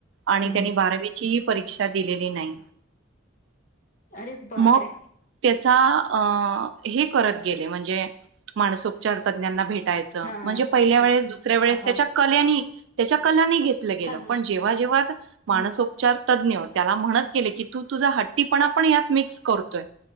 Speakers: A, on the right (about 65°); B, on the left (about 40°).
A: आणि
B: हं,
A: त्यांनी
B: हं.
A: बारावीचीही परीक्षा दिलेली नाही
B: अरे बापरे
A: मग त्याचा. अ हे करत गेले म्हणजे माणसोपचार तज्ञांना भेट टायच,
B: हा हा
A: म्हणजे पहिला
B: सेशन
A: वेळस, दुसऱ्या वेळसं
B: हा हा
A: त्याचा कलेने त्याच्या कलांनी. घेतलं गेलं
B: हा हा
A: पण जेव्हा जेव्हा मानसउपचार
B: हं,
A: तज्ञ त्याला म्हणत गेली की. तू तुझा हट्टीपणा पण यात मिक्स करतोय.